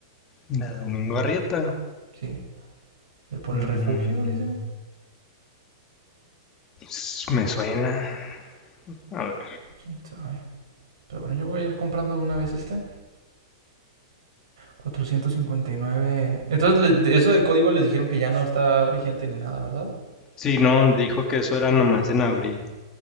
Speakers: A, on the left; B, on the right.
A: la Domingo Arrieta.
B: Sí, Eh, por
A: Mm,
B: el refugio, dice.
A: s- me suena. A ver.
B: Pues, ¿Quién sabe? Pero bueno, yo voy a ir comprando de una vez este. 459. Entonces, le- de eso del código les dijeron que ya no está vigente ni nada, ¿verdad?
A: Sí, no, dijo que eso era nomás en abril.